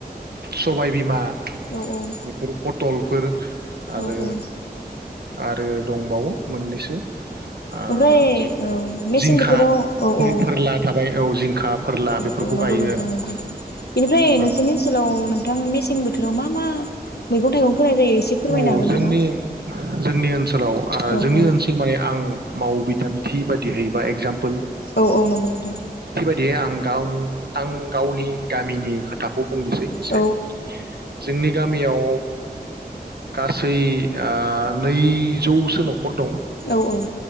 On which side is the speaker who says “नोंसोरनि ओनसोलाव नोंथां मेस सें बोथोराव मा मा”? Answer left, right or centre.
Left